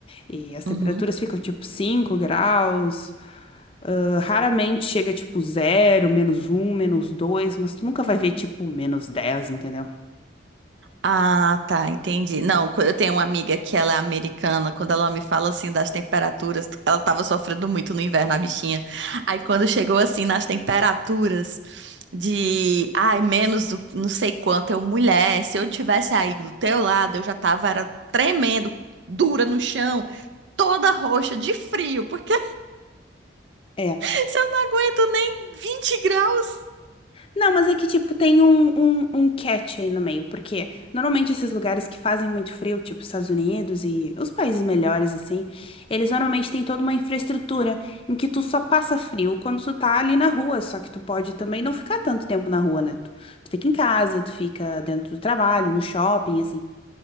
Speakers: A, on the left; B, on the right.
A: E as temperaturas
B: uhum.
A: ficam, tipo, cinco graus. Ah, raramente chega, tipo, zero menos um menos dois mas tu nunca vai ver, tipo, menos dez entendeu?
B: Ah, tá, entendi. Não, co- eu tenho uma amiga que ela é americana. Quando ela me fala assim das temperaturas, ela tava sofrendo muito no inverno, a bichinha. Aí quando chegou assim nas temperaturas de, ai, menos o- não sei quanto, eu, mulher, se eu tivesse aí do teu lado, eu já tava era tremendo, dura no chão, toda roxa de frio, porque
A: É.
B: <laughs> se eu não aguento nem vinte graus.
A: Não, mas é que, tipo, tem um, um, um catch aí no meio, porque normalmente esses lugares que fazem muito frio, tipo Estados Unidos e os países melhores, assim, eles normalmente têm toda uma infraestrutura em que tu só passa frio quando tu tá ali na rua, só que tu pode também não ficar tanto tempo na rua, né? Tu, tu fica em casa, tu fica dentro do trabalho, no shopping, assim.